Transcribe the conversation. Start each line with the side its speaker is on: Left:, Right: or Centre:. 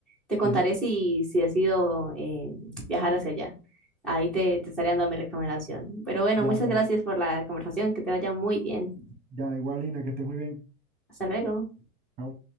Centre: Te contaré
Right: Sí.
Centre: si, si decido eh, viajar hacia allá. Ahí te, te estaré dando mi recomendación. Pero bueno,
Right: Ya,
Centre: muchas
Right: pero
Centre: gracias por la conversación. Que te vaya muy bien.
Right: ya igual, Lina, que estés muy bien.
Centre: Hasta luego.
Right: Chao.